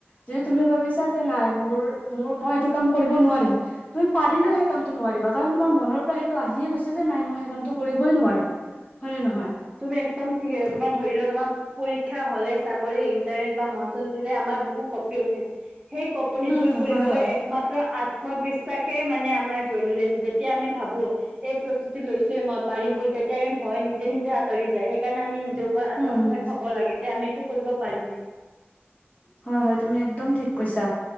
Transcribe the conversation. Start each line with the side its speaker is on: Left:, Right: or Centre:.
Left: যদি তুমি ভাবিছা যে নাই মোৰ মোৰ মই এইটো কাম কৰিব নোৱাৰিম। তুমি পাৰিলেও সেই কামটো নোৱাৰিবা। কাৰণ তোমাৰ মনৰ পৰা সেইটো আহিয়ে গৈছে যে, নাই মই সেই কামটো কৰিবই নোৱাৰিম। হয় নে নহয়?
Right: তুমি একদম ঠিক হৈছে, তোমাৰ ধৰি লোৱা তোমাৰ পৰীক্ষা হ'লে চাকৰি ইন্টাৰনেট বা মঞ্চত উঠিলে আমাৰ বুকু কপি উঠে। সেই কপনি
Left: উম
Right: দূৰ
Left: হম
Right: কৰিবলৈ
Left: হয় হয়
Right: একমাত্ৰ আত্মবিশ্বাসেই মানে আমাৰ জৰুৰী আছে। যে তেতিয়া আমি ভাবো, এই প্ৰস্তুতি লৈছোৱে মই পাৰিম বুলি তেতিয়া আমি ভয় নিজে নিজে আঁতৰি যায়। সে সেইকাৰণে আমি নিজৰ ওপৰত আত্মবিশ্বাস
Left: উম হম
Right: থ'ব লাগে, যে আমি এইটো কৰিব পাৰিমেই।
Left: হয় হয় তুমি একদম ঠিক কৈছা।